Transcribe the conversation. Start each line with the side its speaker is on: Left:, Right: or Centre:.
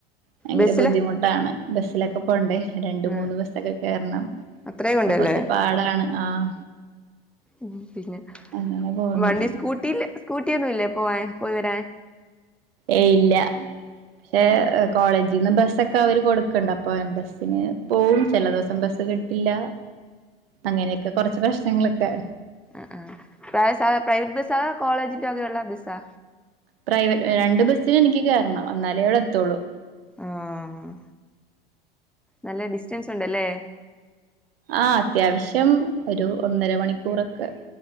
Right: ഭയങ്കര
Centre: ബസ്സില്
Right: ബുദ്ധിമുട്ടാണ് ബസിലൊക്കെ.
Centre: ഉം
Right: പ്പോണ്ടേ രണ്ട്
Centre: ആഹ്
Right: മൂന്ന് ബസൊക്കെ കേറണം
Centre: അത്രേ കൊണ്ടല്ലേ
Right: ഇപ്പൊ കൊർച്ച് പാടാണ് ആഹ
Centre: ഉം പിന്നെ
Right: അങ്ങനെ പോകുന്നു
Centre: വണ്ടി സ്കൂട്ടിൽ സ്കൂട്ടി ഒന്നുല്ലേ പോവാൻ പോയിവരാൻ.
Right: ഏയ് ഇല്ല ഏഹ കോളേജിന്ന് ബസ്സൊക്കെ അവര് കൊട്ക്ക്ണ്ട് അപ്പൊ ഞ ബസ്സിന് പോവും ചില ദെവസം ബസ് കിട്ടില്ല. അങ്ങനെയൊക്കെ കൊറച്ച് പ്രശ്നങ്ങളൊക്കെ.
Centre: ആഹ ആഹ <unintelligible> പ്രൈവറ്റ് ബസ്സാ കോളേജിന്റെ വകയുള്ള ബസ്സാ?
Right: പ്രൈവറ്റ് എ രണ്ട് ബസ്സിന് എനിക്ക് കേറണം എന്നാലേ അവിടെ എത്തുള്ളൂ.
Centre: ആഹ് നല്ല ഡിസ്റ്റൻസ് ഉണ്ടല്ലേ
Right: ആഹ് അത്യാവിശ്യം ഒരു ഒന്നര മണിക്കൂറൊക്കെ